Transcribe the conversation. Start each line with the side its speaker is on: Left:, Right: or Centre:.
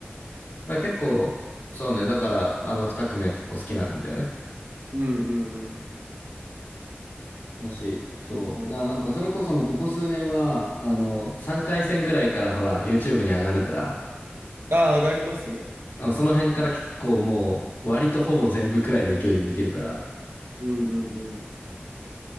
Left: ら結構、そうね、だから、あの二組は結構好きなんだよね。
Right: <laughs> うんうんうん。
Left: だし、そう。
Right: そうだね
Left: な、なんかそれこそもうここ数年は、あの、3回戦ぐらいからほら、YouTube に上がるから、
Right: ああ上がりますね。
Left: あのその辺から結構もう、割とほぼ全部くらいの勢いで見てるから。
Right: うんうんうん。